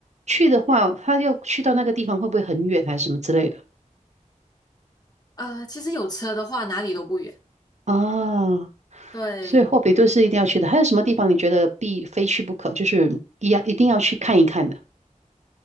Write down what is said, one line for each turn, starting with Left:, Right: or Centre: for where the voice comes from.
Right: 去的话，他要去到那个地方会不会很远还是什么之类的？
Left: 呃，其实有车的话哪里都不远。
Right: 啊？
Left: 对。
Right: 所以霍比顿是一定要去的。还有什么地方你觉得必非去不可，就是一要一定要去看一看的？